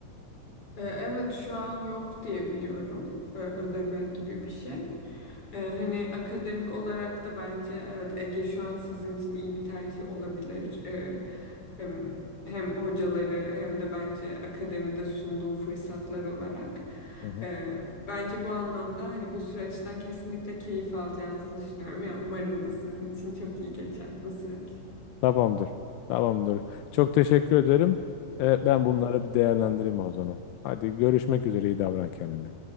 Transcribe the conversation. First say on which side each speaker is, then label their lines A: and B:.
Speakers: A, on the left (about 35°); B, on the left (about 85°).
A: E, evet şu an yok diye biliyorum e, ödeme gibi bir şey. Ee, hani akademik olarak da bence evet Ege şu an sizin için iyi bir tercih olabilir. Ee, hem, hem hocaları hem de bence akademide sunduğu fırsatlar olarak.
B: Hı hı.
A: Ee, bence bu anlamda hani bu süreçten kesinlikle keyif alacağınızı düşünüyorum. Yani umarım da sizin için çok iyi geçer bu süreç.
B: Tamamdır. Tamamdır. Çok teşekkür ederim. E, ben bunları bir değerlendireyim o zaman. Hadi görüşmek üzere. İyi davran kendine.